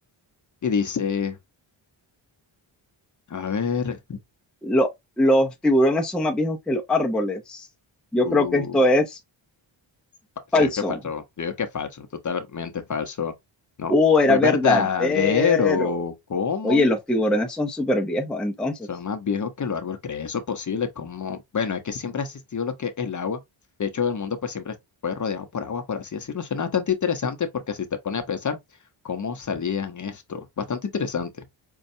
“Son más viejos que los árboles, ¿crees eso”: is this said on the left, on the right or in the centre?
Left